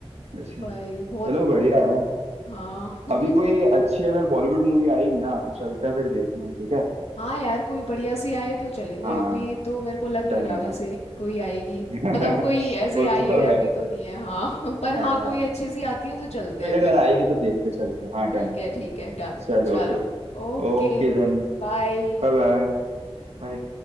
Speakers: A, on the right (about 80°); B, on the left (about 85°).
A: जैसे
B: भाई बहुत
A: चलो बढ़िया है
B: हाँ <laughs>
A: अभी कोई अच्छी अगर बॉलीवुड मूवी आएगी ना तो चलते हैं फिर देखने ठीक है
B: हाँ यार कोई बढ़िया सी आए तो चलेंगे
A: हाँ
B: अभी तो मेरे को लग नहीं
A: डन
B: रहा
A: है
B: वैसे
A: डन
B: कोई आएगी
A: <laughs>
B: मतलब कोई ऐसे
A: वो
B: आई
A: तो
B: है
A: है
B: अभी तो नहीं है हाँ <laughs> पर
A: हाँ
B: हाँ कोई
A: हाँ।
B: अच्छी सी आती है तो चलते
A: कोई
B: हैं
A: अगर
B: फिर
A: आएगी तो देखते चलते हैं हाँ डन
B: ठीक
A: है
B: है
A: डन
B: ठीक
A: है
B: है डन
A: चलो
B: चलो
A: फिर
B: ओके
A: Okay then
B: बाय
A: Bye Bye bye.